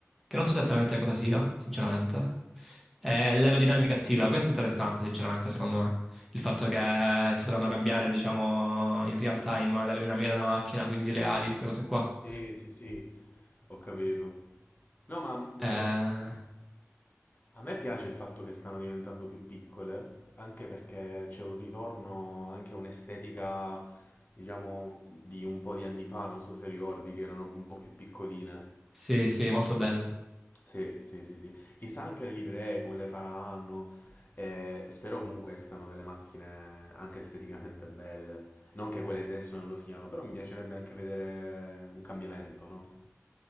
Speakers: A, in the centre; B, on the left.
A: che non so esattamente cosa sia, sinceramente. E l'aerodinamica attiva, questo è interessante, sinceramente, secondo me il fatto che eh, si potranno cambiare, diciamo, in real time l'aerodinamica della macchina, quindi le ali, queste cose qua.
B: sì, sì, sì, ho capito. No, ma eh,
A: Eh,
B: a me piace il fatto che stanno diventando più piccole, anche perché c'è un ritorno anche a un'estetica, diciamo, di un po' di anni fa, non so se ricordi che erano un po' più piccoline.
A: sì, sì, molto belle.
B: Sì, sì, sì, sì. Chissà anche le livree come le faranno. Eh, spero comunque escano delle macchine anche esteticamente belle. Non che quelle di adesso non lo siano, però mi piacerebbe anche vedere un cambiamento, no?